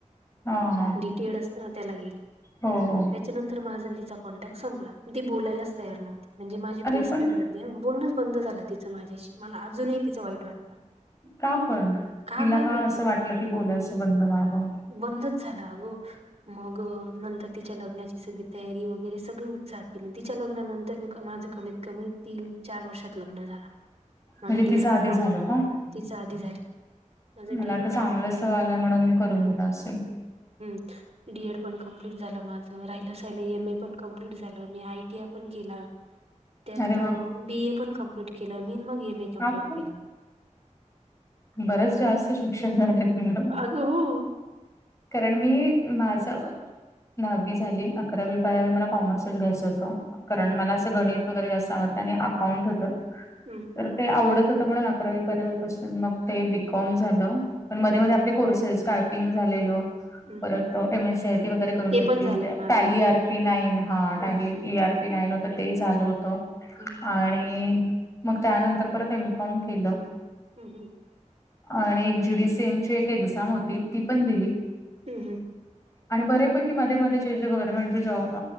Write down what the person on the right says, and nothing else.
टी एड असताना त्याला गेली.
त्याच्यानंतर माझा तिचा कॉन्टॅक्ट संपला ती बोलायलाच तयार नव्हती, म्हणजे माझी
बेस्ट
फ्रेंड बोलणंच बंद झालं तिचं माझ्याशी मला अजूंनही तिचं वाईट वाटतं.
का काय माहिती
बंदच झाला अगो मंग नंतर तिच्या लग्नाची सगळी तयारी वगैरे सगळें उत्साहात केली तिच्या लग्नानंतर मी माझं कमीत कमी. तीनं चार वर्षात लग्नं झालं माझं
डीएड
पणं
क
तिचं आधी झालं. माझं
डीएड
पण
हम्म, डी एड पणं कम्प्लीिट झालं माझं राहिलंसाहिलं एम ए पणं कम्प्लीट झालं मी आय टी आय पणं केलां. त्यात,
बी ए पणं कमप्लीट केलं मी मंग एम ए कमप्लीट
केलं.
अगं हो
हम्म हम्म
हम्म
हम्म
हम्म
हम्म.
ते
पण झालंय
माझं
हम्म
हम्म
हम्मं हमं
हम्मं हम्मं